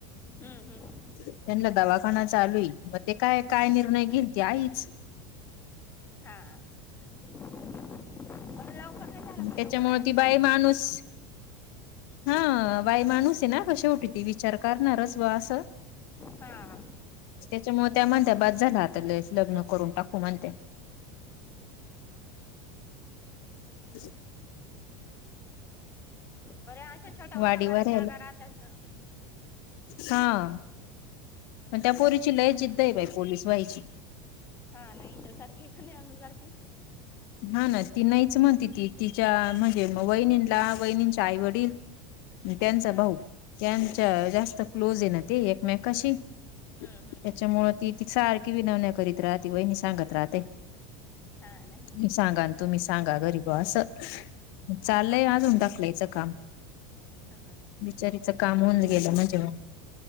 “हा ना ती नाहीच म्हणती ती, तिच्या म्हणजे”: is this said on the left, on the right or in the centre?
Left